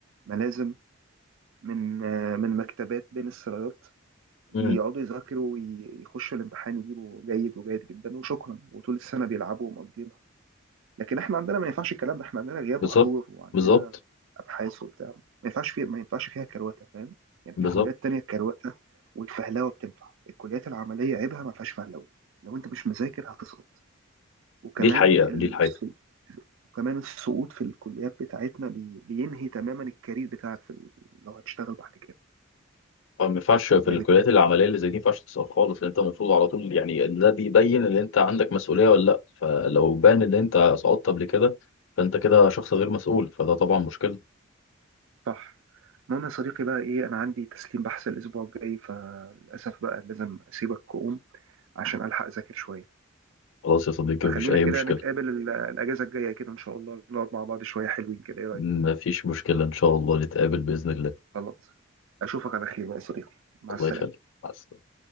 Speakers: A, on the right; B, on the left.
A: ملازم من آه، من مكتبات بين السرايات يقعدوا
B: امم
A: يذاكروا ويخشوا الامتحان يجيبوا جيد وجيد جدا وشكرا وطول السنة بيلعبوا ومقضينها لكن احنا عندنا ما ينفعش الكلام ده احنا عندنا غياب
B: بالظبط
A: وحضور وعندنا
B: بالظبط
A: ابحاث وبتاع ما ينفعش فيها ما ينفعش فيها كرواتة فاهم يعني
B: بالظبط
A: في كليات تانية الكرواتة والفهلوة بتنفع الكليات العملية عيبها ما فيهاش فهلوة لو انت مش مذاكر هتسقط وكمان
B: دي الحقيقه
A: ال...
B: دي الحقيقه
A: وكمان السقوط في الكليات بتاعتنا بي... بينهي تماما الكارير بتاعك في ال... لو هتشتغل بعد كده
B: ما ينفعش في
A: يعني
B: الكليات العمليه اللي زي دي ما ينفعش تسقط خالص انت المفروض على طول يعني إن ده بيبين ان انت عندك مسؤوليه ولا لا فلو بان ان انت سقطت قبل كده فانت كده شخص غير مسؤول فده طبعا مشكله
A: صح المهم يا صديقي بقى ايه انا عندي تسليم بحث الاسبوع الجاي فللاسف بقى لازم اسيبك واقوم عشان الحق اذاكر شويه
B: خلاص يا صديقي
A: فخلينا
B: مفيش اي
A: كده
B: مشكله
A: نتقابل ال- الاجازه الجايه كده ان شاء الله نقعد مع بعض شويه حلوين كده ايه رايك
B: مفيش مشكله ان شاء الله نتقابل باذن الله
A: خلاص اشوفك على خير بقى يا صديقي مع
B: الله
A: السلامه
B: يخليك مع السلامه